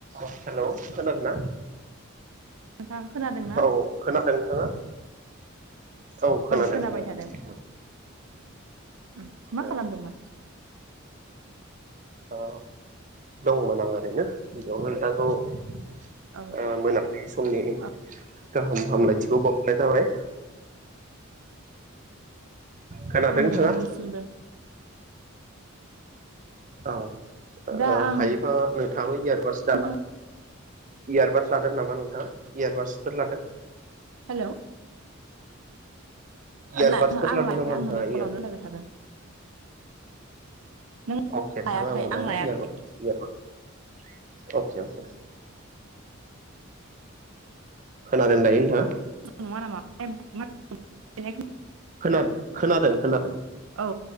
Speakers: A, on the right (about 40°); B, on the right (about 85°).
A: हेलौ खानादोंना
B: नोंथां खोनादों ना
A: औ खोनादों नोंथाङा औ खोनादों
B: खोनाबाय
A: खोनादों
B: थादों उम मा
A: औ
B: खालामदोंमोन
A: औ दंमोन आं ओरैनो बेयावनो नोंथांखौ <unintelligible>
B: औ
A: समनि
B: औ
A: गाहाम हामलायथिखौ बावहरनाय जाबाय खोनादों
B: औ नोंथांनिसिमबो
A: नोंथाङा औ
B: दा
A: आ
B: आं
A: हायोबा नों नशशथाबो इयारबादस
B: नोंथां
A: दाला इयारबादस लादों नामा नोंथाङा इयारबादसफोर लादों
B: हेल'
A: इयारबादसफोर
B: आं लायाखै
A: लादों नामा
B: आंनो
A: नोंथाङा
B: <unintelligible> कलावनो
A: इयार
B: लायबाय थादों। नों
A: अके नोंथाङा
B: लायाखै
A: आंबो लाया
B: आं लायाखै
A: इयारबाडस अके अके। खोनादों दायो नोंथाङा?
B: नङा नामा <unintelligible>
A: खोनादों खोनादों खोनादों
B: औ